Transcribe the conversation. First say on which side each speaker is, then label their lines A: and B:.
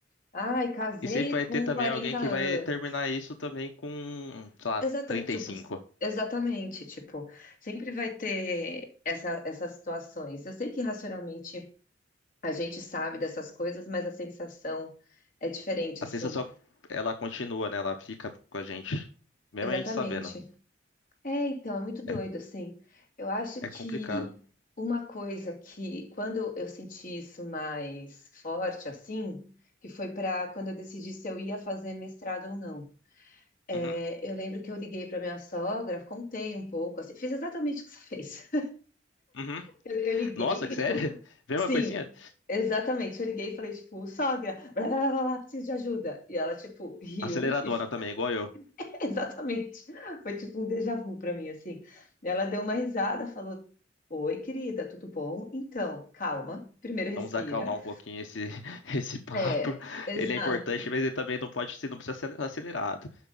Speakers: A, on the left; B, on the left.
A: ai, casei
B: E sempre vai
A: com
B: ter também
A: 40
B: alguém que
A: anos.
B: vai terminar isso também com, sei lá,
A: Exata,
B: trinta
A: tipo,
B: e cinco.
A: exatamente, tipo, sempre vai ter essa, essas situações. Eu sei que racionalmente a gente sabe dessas coisas, mas a sensação é diferente,
B: A
A: assim.
B: sensação, ela continua, né? Ela fica com a gente, mesmo
A: Exatamente.
B: a gente sabendo.
A: É, então, é muito doido,
B: É,
A: assim. Eu acho
B: é
A: que
B: complicado.
A: uma coisa que, quando eu senti isso mais forte, assim, que foi para quando eu decidi se eu ia fazer mestrado ou não. É,
B: Uhum,
A: eu lembro que eu liguei para minha sogra, contei um pouco, assim, fiz exatamente o que você fez.
B: uhum.
A: Eu, eu liguei,
B: Nossa, que
A: <laughs> tipo,
B: sério? <laughs> Vem
A: sim,
B: uma coisinha?
A: exatamente. Eu liguei e falei, tipo, sogra, blá, blá, blá, blá, preciso de ajuda. E ela, tipo, riu
B: Aceleradona
A: e f-
B: também, igual eu.
A: <laughs> exatamente. Foi tipo um déjà vu pra mim, assim. E Ela deu uma risada, falou: Oi, querida, tudo bom? Então, calma, primeiro respira.
B: Vamos acalmar um pouquinho esse, <laughs> esse papo.
A: É, exato.
B: Ele é importante, mas ele também não pode ser, não precisa ser acelerado.